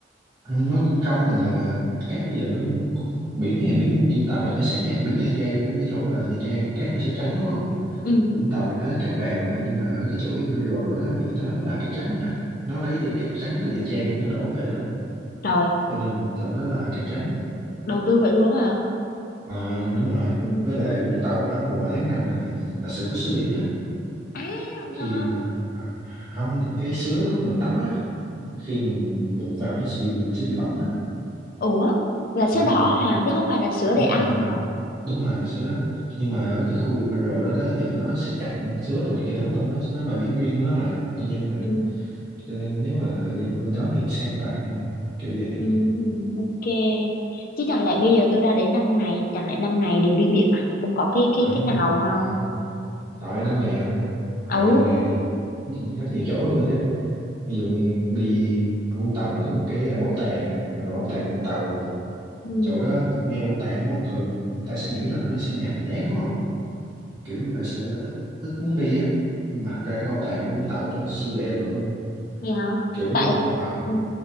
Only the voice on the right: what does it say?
Không, nó cũng trong bình thường à cát bây giờ nó cũng, cũng biển hay biển Vũng Tàu thì nó sẽ khác biển Nha Trang á cái chỗ là Nha Trang thì cát nó sẽ trắng đúng không
Vũng Tàu thì nó cát vàng mà nhưng mà ở cái chỗ Emerald đó thì nó là cát trắng nha nó lấy từ cát trắng từ Nha Trang nó đổ về đó
cho nên là chỗ đó là cát trắng
à, đúng rồi
với lại Vũng Tàu á mùa tháng 5 này nè là sẽ có sứa biển á
khi mà à, không cái sứa lúc mình tắm á khi mình đụng vào nó sẽ bị mình sẽ bị bỏng á
à,
đúng
rồi
đúng rồi sứa đó nhưng mà ở cái khu biển đó, đó thì nó sẽ chặn sứa đồ này kia hết luôn nó nó bãi biển riêng của nó mà tư nhân mà
cho nên nếu mà đi qua bên đó thì sẽ an toàn hơn kiểu vậy
hả
à, rồi năm ngày rồi hả
rồi năm ngày thì đi rất nhiều chỗ luôn á chứ ví dụ như đi Vũng Tàu nó có một cái à, bảo tàng á gọi là bảo tàng Vũng Tàu
chỗ đó nghe bảo tàng đúng không thường người ta sẽ nghĩ là nó sẽ nhàm chán đúng không kiểu người ta sẽ ít ít muốn đi á nhưng mà thật ra cái bảo tàng ở Vũng Tàu đó siêu đẹp luôn
kiểu
nó à,